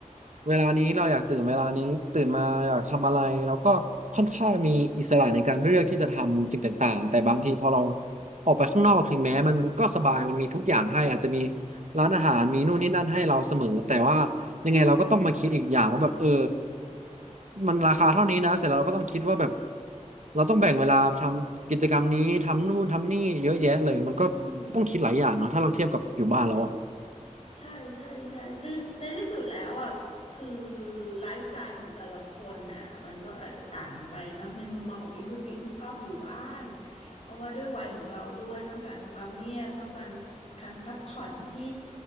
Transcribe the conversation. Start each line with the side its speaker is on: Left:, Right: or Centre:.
Right: เวลานี้เราอยากตื่นเวลานี้ตื่นมาอยากทำอะไรเราก็ค่อนข้างมีอิสระในการเลือกที่จะทำสิ่งต่างๆแต่บางทีพอเราออกไปข้างนอกถึงแม้มันก็สบายมันมีทุกอย่างให้อาจจะมีร้านอาหารมีนู่นนี่นั่นให้เราเสมอแต่ว่า ยังไงเราก็ต้องมาคิดอีกอย่างว่าแบบเออมันราคาเท่านี้นะเสร็จแล้วเราก็ต้องคิดว่าแบบเราต้องแบ่งเวลาทำกิจกรรมนี้ทำนู่นทำนี่เยอะแยะเลยมันก็ต้องคิดหลายอย่างเนาะถ้าเราเทียบกับอยู่บ้านแล้วอะ
Left: ืม ใช่ใช่ใช่คือในที่สุดแล้วอ่ะคือไลฟ์สไตล์ของแต่ละคนน่ะมันก็อาจจะต่างกันไปเนาะในมุมมองของปิงคือปิงชอบอยู่บ้านเพราะว่าด้วยวัยของเราด้วยต้องการความเงียบต้องการการพักผ่อนที่